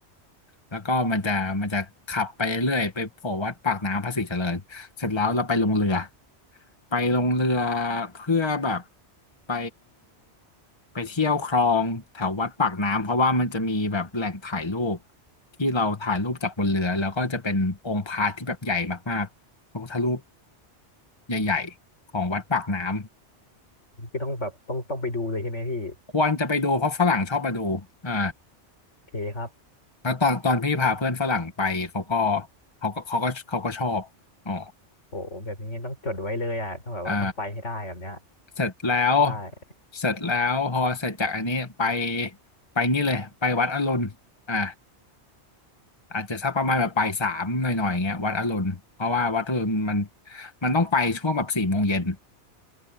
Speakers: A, on the left (about 25°); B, on the left (about 90°).
A: แล้วก็มันจะมันจะขับไปเรื่อยๆไปโผล่วัดปากน้ำภาษีเจริญเสร็จแล้วเราไปลงเรือ ไปลงเรือเพื่อแบบไปไปเที่ยวคลองแถววัดปากน้ำเพราะว่ามันจะมีแบบแหล่งถ่ายรูปที่เราถ่ายรูปจากบนเรือแล้วก็จะเป็นองค์พระที่แบบใหญ่มากๆพระพุทธรูปใหญ่ๆของวัดปากน้ำ
B: พี่ต้องแบบต้องต้องไปดูเลยใช่ไหมพี่
A: ควรจะไปดูเพราะฝรั่งชอบมาดูอ่า
B: โอเคครับ
A: แล้วตอนตอนพี่พาเพื่อนฝรั่งไปเขาก็เขาก็เขาก็เขาก็ชอบอ๋อ
B: โอ้โหแบบนี้ต้องจดไว้เลยอ่ะต้องแบบว่าต้องไปให้ได้แบบเนี้ย
A: อ่าเสร็จแล้ว
B: ใช่
A: เสร็จแล้วพอเสร็จจากอันนี้ไปไปนี่เลยไปวัดอรุณอ่าอาจจะสักประมาณแบบปลายสามหน่อยๆอย่างเงี้ยวัดอรุณเพราะว่าวัดอรุณมันมันต้องไปช่วงแบบสี่โมงเย็น